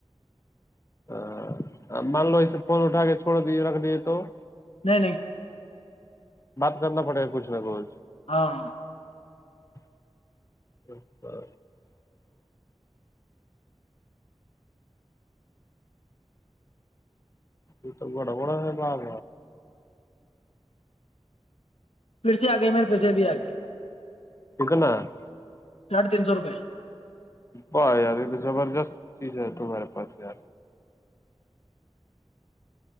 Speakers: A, on the left; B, on the left.
A: <unintelligible>
B: نہیں نہیں
A: بات کرنا پڑے گا کچھ نہ کچھ
B: ہاں
A: <unintelligible> یہ تو بڑا بڑا ہے باب
B: <unintelligible>
A: <unintelligible>
B: ساھے تین سو روپئے
A: واہ یار یہ تو زبردست چیز ہے تمہارے پاس یار